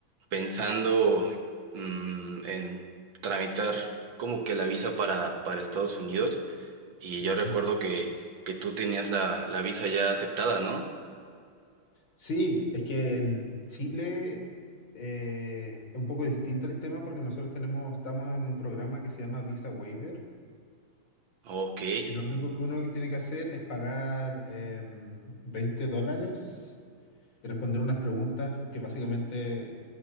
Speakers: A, on the right; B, on the left.
A: pensando mm, en tramitar como que la visa para, para Estados Unidos y
B: Bueno.
A: yo recuerdo que, que tú tenías la, la visa ya aceptada, ¿no?
B: Sí, es que en Chile eh, es un poco distinto el tema porque nosotros tenemos, estamos en un programa que se llama Visa Waiver,
A: Ok.
B: y lo único que uno tiene que hacer es pagar em, 20 dólares. de responder unas preguntas que básicamente,